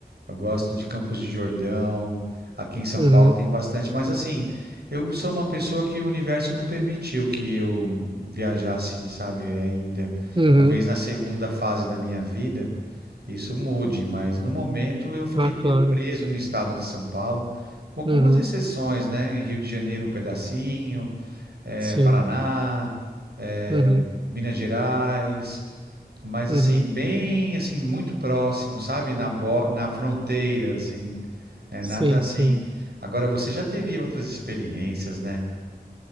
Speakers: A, on the right (about 70°); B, on the right (about 30°).
A: eu gosto de Campos de Jordão, aqui em São
B: Uhum,
A: Paulo tem bastante, mas assim, eu sou uma pessoa que o universo não permitiu que eu viajasse, sabe, é, ainda.
B: uhum.
A: Talvez na segunda fase da minha vida isso mude, mas no momento eu fiquei
B: Ah,
A: meio
B: claro.
A: preso no estado de São Paulo, com algumas
B: Uhum,
A: exceções, né? Em Rio de Janeiro um pedacinho, eh,
B: sim.
A: Paraná, eh,
B: Uhum,
A: Minas Gerais mas
B: uhum.
A: assim, bem assim, muito próximo, sabe? Na, bo- na fronteira, assim, né?
B: Sim,
A: Nada assim.
B: sim.
A: Agora, você já teve outras experiências, né?